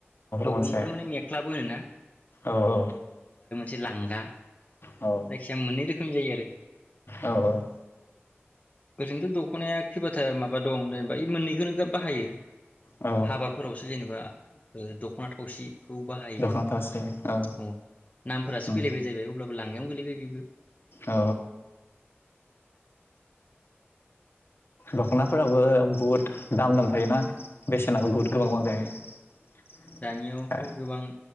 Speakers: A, on the left; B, on the left.
A: मोनसे
B: अग्रंखोनो माने मेख्लाबो होनो ना?
A: औ औ।
B: से लांगा।
A: औ
B: जायखिया मोननै रो होनजायो आरो
A: औ औ
B: ओरैनोथ' दख'नाया खैबाथा माबा दं जेनेबा बे मोननैखौनो गाब बाहायो
A: औ
B: हाबाफोरावसो जेनेबा दख'ना थावसि खौ बाहायो
A: दख'ना
B: आरो
A: थावसि औ
B: अ नामफोरासो
A: उम
B: बेले बेले जाहैबाय अब्लाबो लांगायावनो गोलैबाय बेबो
A: औ दखनाफोराबो बहुत दाम दाम थायोना बेसेनाबो बहुद गोबां गोबां जायो
B: दानियावथ'
A: औ
B: गोबां